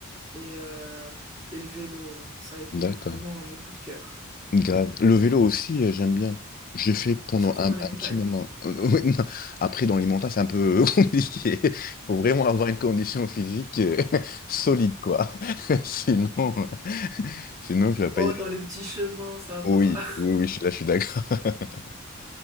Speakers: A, on the right; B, on the left.
A: et, euh, et le vélo. hein. Ça a été
B: D'accord.
A: vraiment euh, mes coups de cœur,
B: Grave. Le vélo aussi, euh, j'aime bien. J'ai fait pendant
A: surtout
B: un,
A: dans les
B: un
A: montagnes.
B: petit moment. <laughs> ouais, non. Après, dans les montagnes, c'est un peu <laughs> compliqué. Il faut vraiment avoir une condition physique euh, <laughs> solide, quoi. <laughs> Sinon, euh, sinon, tu vas pas
A: Oh,
B: y aller.
A: dans les petits chemins, ça va.
B: Oui,
A: <laughs>
B: oui, oui, je- là, je suis d'accord. <laughs>